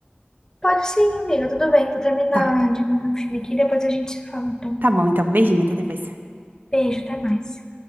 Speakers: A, on the left; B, on the right.
A: Pode sim, amiga, tudo bem, vou terminar
B: Tá,
A: de ver meu filme aqui, e depois a gente se fala. Então,
B: tá bom, então, beijinho, até depois.
A: beijo, até mais.